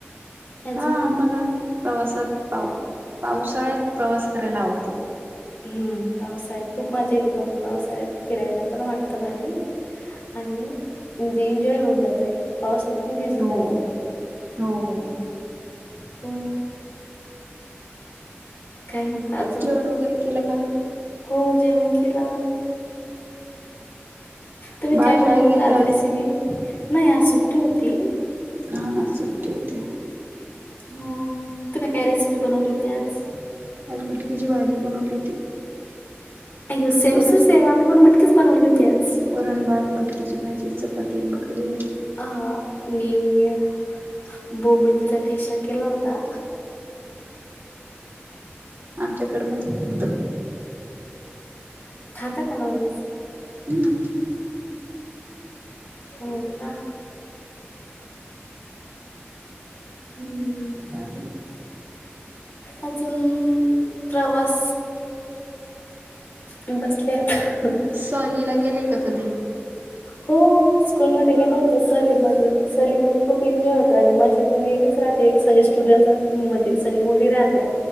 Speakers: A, on the left; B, on the right.
A: अजून
B: हा आम्हाला प्रवासात पाऊ पावसाळ्यात प्रवास करायला आवडतो.
A: हम्म! पावसाळ्यात खूप मजा येते, पण पावसाळ्यात फिरायला पण वाटत भारी. आणि म्हणजे एन्जॉय होऊन जातो. एक पाऊस पण भिजून
B: हो
A: जातो.
B: हो हो
A: <unintelligible> हो. काय म्हणता अजून
B: जेवण वगैरे केलं का?
A: हो, जेवण केल. तुम्ही
B: बाळ
A: काय बनवलं,
B: शाळेत
A: होत
B: गेलत
A: आज रेसिपी नाही आज सुट्टी होता.
B: हा सुट्टी होती.
A: हो तुम्ही काय रेसिपी बनवली होती आज
B: आज मटकीची भाजी बनवली होती.
A: अय्यो सेम
B: पुरण
A: टू सेम आम्ही पण मटकीच बनवली होती आज.
B: वरण भात मटकीची भाजी चपातती बकरी
A: हा म. बोबिलचा ठेसा केला होता.
B: आमच्याकडे पण होत.
A: ति कस
B: हम्.
A: हो का? हम्म.
B: लाजून.
A: अजून प्रवास बसले आता.
B: सहलीला गेले का कधी
A: हो स्कूलमध्ये गेल होत सलीमध्ये सलीमध्ये खूप एन्जॉय होत आणि मजा पण वेगळीच ह सगळे स्टुडं म्हणजे सगळे मुली राहते